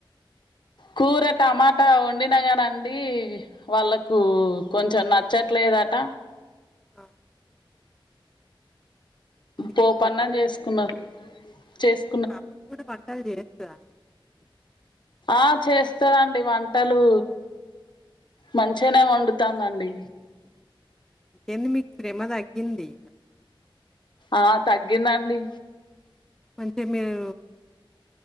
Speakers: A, on the left; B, in the centre.
A: కూర టమాటా వండిన కానండి వాళ్ళకు కొంచెం నచ్చట్లేదట
B: అ అందుకే
A: పోపన్నం
B: కోపం.
A: చేసుకున్నారు చెస్
B: పాప కూడా వంటలు చేత్తదా
A: ఆ చేస్తదండి వంటలు మంచిగనే వండుతాందండి
B: ఎంది మీకు శ్రమ తగ్గింది
A: ఆ తగ్గిందండి
B: మంచిగా మీరు